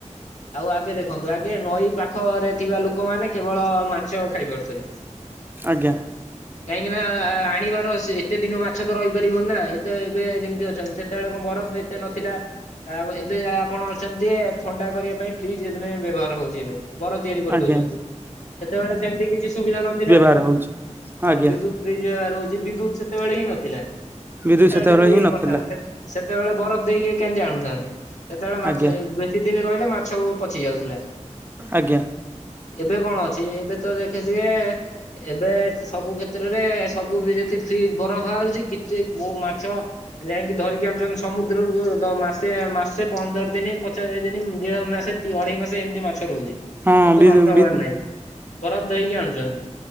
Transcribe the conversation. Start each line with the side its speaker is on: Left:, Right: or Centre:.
Left: ଆଉ ଆଗେ ଦେଖନ୍ତୁ ଆଗେ ନଈ ପାଖରେ ଥିବା ଲୋକମାନେ କେବଳ ମାଛ ଖାଇପାରୁଥିଲେ।
Right: ଆଜ୍ଞା।
Left: କାହିଁକି ନା ଆ ଆଣିବାର ଏତେ ଦିନ ମାଛ ତ ରହିପାରିବନି ନା ଏତ ଏବେ ଯେମିତି ଅଛନ୍ତି ସେତେବେଳେ କଣ ବରଫ ଏତେ ନଥିଲା। ଆ ଏବେ ଆପଣ ଅଛନ୍ତି ଥଣ୍ଡା କରିବା ପାଇଁ ଫ୍ରିଜ୍ ଏଦିନ ବ୍ୟବହାର ହଉଛି ଏବେ। ବର ତିଆରି କରିଦଉଛନ୍ତି
Right: ଆଜ୍ଞା
Left: ସେତେବେଳେ ସେମିତି କିଛି ସୁବିଧା ନଥିଲା।
Right: ଆର ହଉଛି।
Left: ହଁ
Right: ଆଜ୍ଞା
Left: ବିଦ୍ୟୁତ ଫ୍ରିଜ ବେବ୍ୟହାର ହୁଛି ବିଦ୍ୟୁତ ସେତେବେଳେ ହିଁ ନଥିଲା।
Right: ବିଦ୍ୟୁତ
Left: କେତେବେଳେ
Right: ସେତେବେଳେ
Left: କେମିତି
Right: ହିଁ ନଥିଲା
Left: କରିଥାନ୍ତି। ସେତେବେଳେ ବରଫ ଦେଇକି କେମିତି ଆଣୁଥାନ୍ତି ସେତେବେଳେ ମାଛ
Right: ଆଜ୍ଞା
Left: ଯେତିକି ଦିନ ରହିଲେ ମାଛ ପଚି ଯାଉଥିଲା।
Right: ଆଜ୍ଞା।
Left: ଏବେ କଣ ଅଛି ଏବେ ତ ଦେଖିଥିବେ ଏବେ ସବୁ କ୍ଷେତ୍ରରେ ସବୁ ବି ଯଦି ଫ୍ରିଜ ବରଫ ବାହାରୁଛି କିଛି ବୋଉ ମାଛ ଯାଇକି ଧରିକି ଆଣୁଛନ୍ତି ସମୁଦ୍ରକୁ ମାସେ, ମାସେ, ପନ୍ଦର ଦିନ, ପଚାଶ ଦିନ, ଦେଢ଼ ମାସେ କି ଅଢେଇ ମାସ ଏମିତି ମାଛ ରହୁଛି,
Right: ହଁ
Left: କିନ୍ତୁ
Right: ବି
Left: ନଷ୍ଟ ହବାର
Right: ବି
Left: ନାହିଁ ବରଫ ଦେଇକି ଆଣୁଛନ୍ତି।